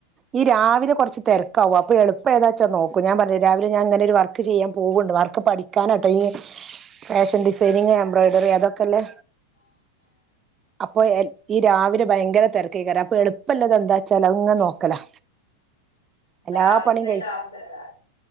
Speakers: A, on the right; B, on the left.
A: ഈ രാവിലെ കൊറച്ച് തെരക്കാവും അപ്പോ എളുപ്പേതാച്ചാ നോക്കും. ഞാൻ പർഞ്ഞില്ലേ രാവിലെ ഞാനിങ്ങനൊരു വർക് വർക്ക് ചെയ്യാൻ പോക്ണ്ട്. വർക്ക് പഠിക്കാനാട്ടോ ഈ ഫാഷൻ ഡിസൈനിങ് എംബ്രോയ്ഡറി അതൊക്കെല്ലേ. അപ്പൊ എ ഈ രാവിലെ ഭയങ്കര തിരക്കേയ്ക്കാരം. അപ്പൊ എളുപ്പള്ളത് എന്താച്ചാല് അഹ് ഇങ്ങനെ നോക്കലാ.
B: ഇപ്പ
A: എല്ലാ
B: രാവിൽത്തെ
A: പണിയും കഴി
B: ടാസ്ക്കെന്നെലെ